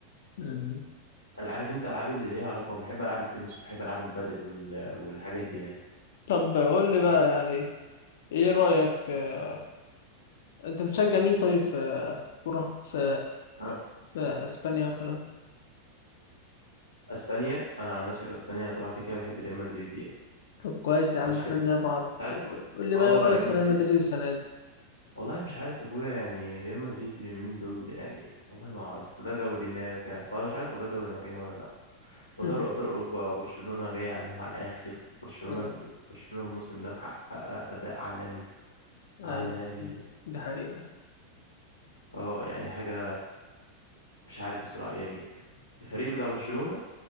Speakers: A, on the left; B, on the left.
A: مم.
B: أنا عارف انت العاب اللي ليها علاقه بحب العاب التنس وبحب العاب البادل وال... والحاجات دي يعني
A: طب قول لي بقى
B: بس
A: يعني ايه رأيك آه، انت بتشجع مين طيب في في كرة في
B: أنا
A: في اسبانيا مثلا
B: اسبانيا انا عن نفسي في اسبانيا انا طبعا كده كده بحب ريال مدريد يعني
A: طب كويس يا عم
B: مفيهاش
A: احنا
B: كده
A: زي
B: يعني.
A: بعض
B: ساعات
A: قول لي بقى
B: اه
A: ايه رأيك
B: ريال مدريد
A: في ريال مدريد السنة دي
B: والله مش عارف يا اخويا يعني ريال مدريد اليومين دول يعني والله ما اعرف لا دوري نافع ولا مش عارف والله دوري نافعين ولا لا ودوري
A: <laughs>
B: ابطال اوروبا برشلونه جاي عليهم على الاخر برشلونه
A: آه،
B: برشلونه الموسم ده محقق اداء عالمي
A: ايوه
B: عالمي
A: دي حقيقة
B: اه يعني حاجه مش عارف الصراحه يعني الفريق بتاع برشلونه